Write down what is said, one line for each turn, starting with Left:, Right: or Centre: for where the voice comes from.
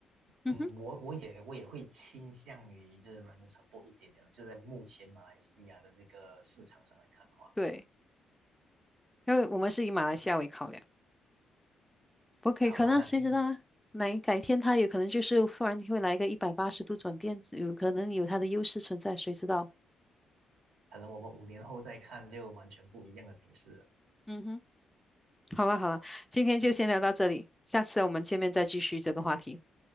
Centre: 嗯哼，
Right: 嗯，我我也我也会倾向于就是燃油车多一点点了，就是在目前马来西亚的这个市场上来看的话，
Centre: 对，因为我们是以马来西亚为考量，不可以可能，
Right: 好啦，那今
Centre: 谁知道啊？哪改天它有可能就是忽然会来一个一百八十度转变，有可能有它的优势存在，谁知道？
Right: 可能我们五年后再看就完全不一样的形式了。
Centre: 嗯哼，好了好了，今天就先聊到这里，下次我们见面再继续这个话题。